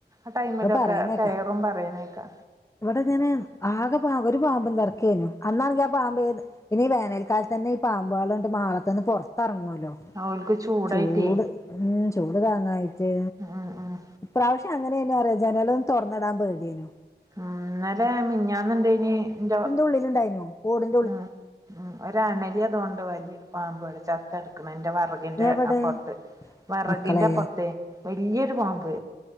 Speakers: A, on the right (about 20°); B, on the left (about 15°).
A: ആ ടൈമിലൊക്കെ
B: അത് പറയണേക്കാ
A: കയറും പറയുന്നേക്കാ
B: ഇവിടെ ഞാൻ ആകെ പാ ഒരു പാമ്പും െറക്കനു അന്നാണെങ്ക ആ പാമ്പ ഏത് പിന്നെഈ വേനൽക്കാലത്ത് തന്നെ ഈ പാമ്പാളി് മാളത്ത നിന്ന് പുറത്ത്റങ്ങുല്ലോ
A: ഓൽക്ക് ചൂടായിട്ടേ
B: ചൂട് ഉം ചൂട് താങ്ങായിട്ട്
A: ഉം ഉം
B: ഇ പ്രാവശ്യം അങ്ങനെയനെയ റിയാം ജനലൊന്നും തുറന്നടൻ പേടിയനു
A: ഇന്നലെ മിഞ്ഞാന്ന ഇണ്ട ഇനി എന്റെ
B: ഉള്ള ഉണ്ടായി ഓടി
A: ഉ ഉ ഒ അണലി അതൊണ്ട് വലിയൊരു പാമ്പ്ടെ ചത്ത എടുക്കുന്ന എന്റെ വെറ വിറഗിന്റെ
B: എവിടെ
A: അപ്പുറത്ത് വെറകിൻന്റെ
B: മക്കളെ
A: അപ്പുറത്തെ വലിയൊരു പാമ്പ്